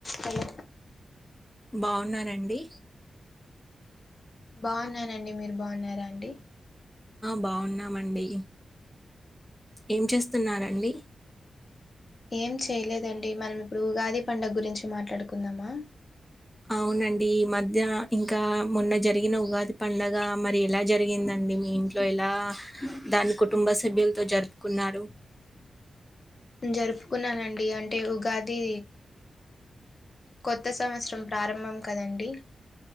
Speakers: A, on the left; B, in the centre.
A: Hello
B: బాగున్నారండి
A: బాగున్నానండి మీరు బాగున్నారా అండి
B: బాగున్నామండి ఏం చేస్తున్నరండి
A: ఏం చేయలేదండి మనం ఇప్పుడు ఉగాది పండుగ గురించి మాట్లాడుకుందామా
B: అవునండి ఈ మధ్య ఇంకా మొన్న జరిగిన ఉగాది పండుగ మరి అది ఎలా జరిగిందండి మీ ఇంట్లో ఎలా దాని కుటుంబ సభ్యులతో జరుపుకున్నారు <inaudible>
A: జరుపుకున్నానండి అంటే ఉగాది కొత్త సంవత్సరం ప్రారంభం కదండి